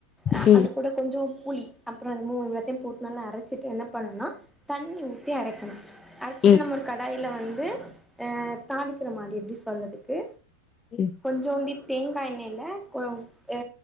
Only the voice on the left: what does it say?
ம்
ம்
ம்